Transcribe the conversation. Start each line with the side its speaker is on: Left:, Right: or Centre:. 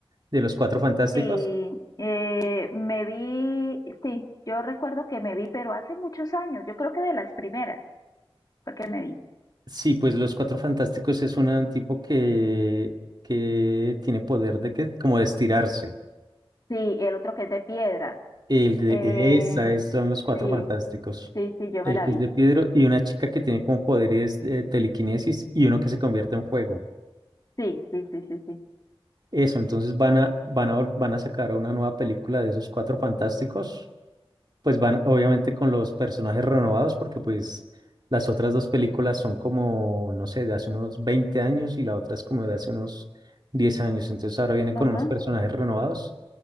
Right: de Los Cuatro Fantásticos.
Left: Sí, eh, me vi, sí, yo recuerdo que me vi, pero hace muchos años, yo creo que de las primeras fue que me vi.
Right: Sí, pues Los Cuatro Fantásticos es un tipo que, que tiene poder de que, como de estirarse.
Left: Sí, y el otro que es de piedra.
Right: El de
Left: Eh,
Right: esa, es- son los cuatro
Left: sí,
Right: fantásticos.
Left: sí, sí, yo
Right: El
Left: me la
Right: que
Left: vi.
Right: es de Pedro y una chica que tiene como poderes de telequinesis y uno que se convierte en fuego.
Left: Sí, sí, sí, sí, sí.
Right: Eso, entonces van a, van a, vol- van a sacar una nueva película de esos cuatro fantásticos. Pues van, obviamente, con los personajes renovados, porque pues las otras dos películas son como, no sé, de hace unos 20 años y la otra es como de hace unos 10 años. Entonces ahora vienen
Left: Ajá.
Right: con unos personajes renovados.